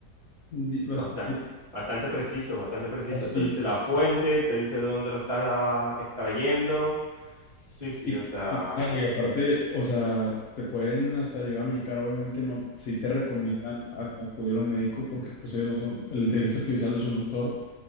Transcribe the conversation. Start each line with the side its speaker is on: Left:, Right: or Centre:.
Left: di- bastante
Right: Bastante, bastante preciso, bastante preciso.
Left: así,
Right: Te dice
Left: pues.
Right: la fuente, te dice de dónde lo estás extrayendo. Sí, sí,
Left: sí
Right: o sea,
Left: y claro, y aparte, o sea, te pueden hasta ayudar a medicar, obviamente no, sí te recomiendan a- acudir a un médico porque pues ellos no son, la inteligencia artificial no es un doctor,